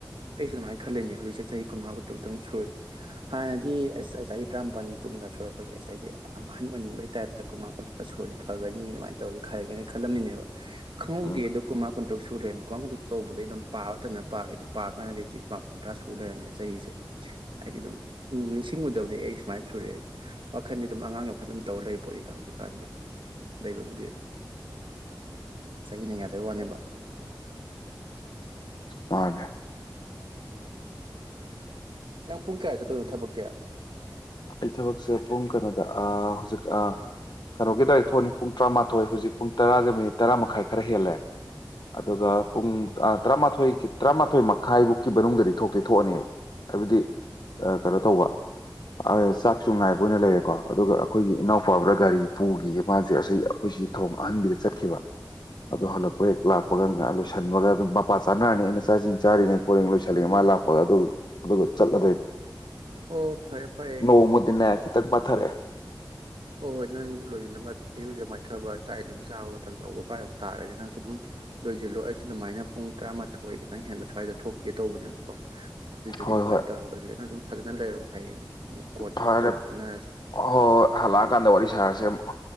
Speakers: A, on the right; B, on the left.
A: ꯑꯩꯁꯨ ꯑꯗꯨꯃꯥꯏꯅ ꯈꯜꯂꯅꯤ ꯍꯧꯖꯤꯛꯁꯦ ꯆꯍꯤ ꯀꯨꯟꯃꯉꯥ ꯀꯨꯟꯇꯔꯨꯛꯇꯪ ꯁꯨꯔꯗꯤ ꯍꯥꯟꯅꯗꯤ ꯑꯁ ꯆꯍꯤ ꯇ꯭ꯔꯥꯝꯄꯜ ꯀꯨꯟꯒ ꯁꯨꯔꯛꯄꯁꯦ ꯑꯁ ꯑꯩꯁꯦ ꯌꯥꯝ ꯑꯍꯟ ꯑꯣꯏꯅꯤꯡꯕꯒꯤ ꯇꯥꯏꯞꯇ ꯀꯨꯟꯃꯉꯥ ꯀꯟꯔꯨꯛꯀ ꯁꯨꯔꯗꯤ ꯐꯒꯅꯤ ꯑꯗꯨꯃꯥꯏꯅ ꯇꯧꯔꯗꯤ ꯈꯔꯒꯅꯤꯅ ꯈꯜꯂꯝꯃꯤꯅꯦꯕ꯫ ꯈꯪꯍꯧꯗꯦꯗꯣ
B: ꯎꯝ
A: ꯀꯣ ꯃꯥ ꯀꯨꯟ ꯗꯨꯛ ꯁꯨꯨꯔꯔꯝ ꯀ꯭ꯋꯥꯡ ꯈꯨꯗꯛꯇꯩꯕꯗꯩ ꯑꯗꯨꯝ ꯄꯥꯕ ꯇꯟꯗꯅ ꯄꯥꯈꯤꯗꯕ꯫ ꯄꯥꯀꯥꯟꯗꯗꯤ ꯍꯧꯖꯤꯛ ꯄ ꯀꯨꯟꯊ꯭ꯔꯥ ꯁꯨ ꯂꯩꯔꯝꯃꯦ ꯆꯍꯤꯁꯦ ꯍꯥꯏꯗꯤ ꯑꯗꯨꯝ ꯅꯤꯡꯁꯤꯡꯉꯨꯗꯕꯗꯤ ꯑꯩ ꯁꯨꯃꯥꯏꯅ ꯁꯨꯔꯛꯑꯦ ꯋꯥꯈꯟꯗꯤ ꯑꯗꯨꯝ ꯑꯉꯥꯡꯒꯤ ꯋꯥꯈꯜ ꯑꯗꯨꯝ ꯇꯧꯔ ꯂꯩꯔꯤ ꯄꯣꯠꯅꯤꯗ ꯍꯧꯖꯤꯛꯀꯥꯟꯗꯤ ꯂꯩꯕꯕꯨꯗꯤ ꯆꯍꯤꯅ ꯌꯥꯗꯋꯥꯅꯦꯕ꯫
B: ꯃꯥꯅꯦ
A: ꯅꯪ ꯄꯨꯡ ꯀꯌꯥ ꯆꯠꯇꯣꯏꯅꯣ ꯊꯕꯛꯇꯤ꯫
B: ꯑꯩ ꯊꯕꯛꯁꯦ ꯄꯨꯡ ꯀꯩꯅꯣꯗ ꯑꯥ ꯍꯧꯖꯤꯛ ꯑꯥ ꯀꯩꯅꯣꯒꯤ ꯗꯥꯏ ꯊꯣꯛꯑꯅꯤ ꯄꯨꯡ ꯇꯔꯥꯃꯥꯊꯣꯏ ꯍꯧꯖꯤꯛ ꯄꯨꯡ ꯇꯔꯥꯒ ꯃꯤꯅꯤꯠ ꯇꯔꯥꯃꯥꯈꯥꯏ ꯈꯔ ꯍꯦꯜꯂꯦ ꯑꯗꯨꯒ ꯄꯨꯡ ꯑꯥ ꯇꯔꯥꯃꯥꯊꯣꯏꯒꯤ ꯇꯔꯥꯃꯥꯊꯣꯏ ꯃꯈꯥꯏ ꯕꯨꯛꯀꯤ ꯃꯅꯨꯡꯗꯗꯤ ꯊꯣꯛꯇꯤ ꯊꯣꯛꯑꯅꯤ ꯍꯥꯏꯕꯗꯤ ꯑꯥ ꯀꯩꯅꯣ ꯇꯧꯕ ꯑꯥ ꯆꯥꯛꯁꯨ ꯉꯥꯏꯕ ꯑꯣꯏꯅ ꯂꯩꯔꯦꯀꯣ ꯑꯗꯨꯒ ꯑꯈꯣꯏꯒꯤ ꯏꯅꯥꯎꯄꯥ ꯑꯃꯅ ꯒꯥꯔꯤ ꯄꯨꯒꯤꯌꯦ ꯃꯥꯖꯦ ꯑꯁꯤ ꯑꯩꯈꯣꯏ ꯁꯤ ꯊꯣꯡ ꯑꯍꯟꯕꯨꯗ ꯆꯠꯈꯤꯕ ꯑꯗꯨ ꯍꯜꯂꯛꯄ ꯍꯦꯛ ꯂꯥꯛꯄꯒ ꯉꯥ ꯂꯣꯏꯁꯤꯟꯕꯒ ꯑꯗꯨꯝ ꯃꯄꯥ ꯆꯥꯅꯔꯅꯤ ꯑꯩꯅ ꯆꯥꯛ ꯏꯁꯤꯡ ꯆꯥꯔꯤꯉꯩ ꯈꯣꯠꯂꯤꯉꯩ ꯂꯣꯏꯁꯤꯜꯂꯤꯉꯩ ꯃꯥ ꯂꯥꯛꯄꯒ ꯑꯗꯨ- ꯑꯗꯨꯒ ꯆꯠꯂꯗꯣꯏ
A: ꯑꯣ ꯐꯥꯔꯦ ꯐꯥꯔꯦ
B: ꯅꯣꯡꯃꯗꯤꯅꯦ ꯈꯤꯇꯪ ꯄꯥꯊꯥꯔꯛꯑꯦ
A: ꯍꯣꯏ-ꯍꯣꯏ ꯅꯪ ꯂꯣꯏꯖꯤꯟꯅꯕ ꯏꯔꯨꯖꯥ ꯃꯥꯏꯊꯕ ꯆꯥꯛ ꯏꯁꯤꯡ ꯆꯥꯕ ꯃꯇꯝ ꯇꯧꯕ ꯀꯥꯏ ꯇꯥꯔꯒꯗꯤ ꯅꯪꯁꯨ ꯗꯨꯝ ꯂꯣꯏꯖꯤꯜꯂꯣ ꯑꯩꯁꯨ ꯑꯗꯨꯃꯥꯏꯅ ꯄꯨꯡ ꯇꯔꯥꯃꯥꯊꯣꯏ ꯈꯤꯇꯪ ꯍꯦꯟꯕ ꯁ꯭ꯋꯥꯏꯗ ꯊꯣꯛꯈꯤꯒꯦ ꯇꯧꯕꯅꯦꯕ ꯀꯣ ꯑꯗꯨꯏꯗꯨꯒꯤ-ꯑꯗꯨꯃꯥꯏꯅ
B: ꯍꯣꯏ ꯍꯣꯏ
A: ꯇꯧꯔꯒ ꯂꯣꯏꯖꯤꯜꯂꯖꯦꯅ ꯑꯗꯨꯝ ꯐꯖꯥꯅ ꯂꯩꯔꯣ ꯍꯌꯦꯡ ꯑꯃꯨꯛ ꯀꯣꯟꯅ
B: ꯐꯥꯔꯦꯝ
A: ꯑꯃꯨꯛ ꯄꯥꯎ ꯐꯥꯎꯅꯔꯁꯦ
B: ꯍꯣ ꯍꯜꯂꯛ ꯀꯥꯟꯗ ꯋꯥꯔꯤ ꯁꯔꯥꯁꯦ ꯑꯃꯨꯛ